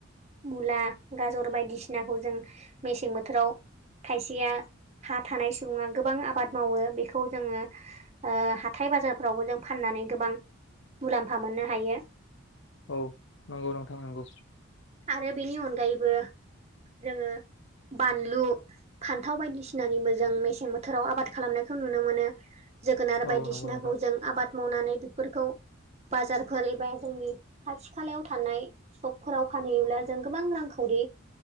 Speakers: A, on the right (about 30°); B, on the left (about 60°).
A: मुला गाजर बायदिसिनाखौ जों मेसें बोथोराव खायसेया हा थानाय सुबुङा गोबां आबाद मावो बेखौ जोङो ओ हाथाय बाजारफोरावबो जों फाननानै गोबां मुलाम्फा मोननो हायो।
B: औ नंगौ नोंथां नंगौ।
A: आरो बेनि अनगायैबो जोङो बानलु फान्थाव बायदिसिनानिबो जों मेसें बोथोराव आबाद खालामनायखौ नुनो मोनो जोगोनार बायदिसिनाखौ
B: औ नंगौ नोंथां
A: जों आबाद मावनानै बेफोरखौ बाजारफोर एबा जोंनि खाथि खालायाव थानाय सकफोराव फानहैयोब्ला जों गोबां रांखावरि